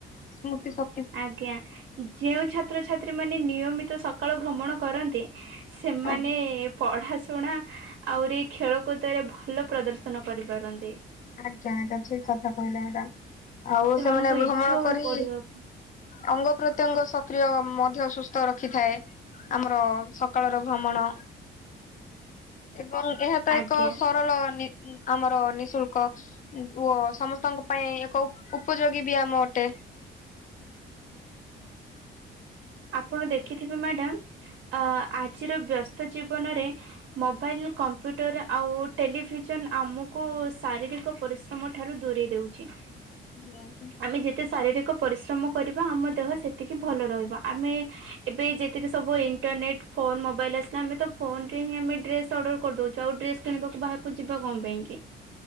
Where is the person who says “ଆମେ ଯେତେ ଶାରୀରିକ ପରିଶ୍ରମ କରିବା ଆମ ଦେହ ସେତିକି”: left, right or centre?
Right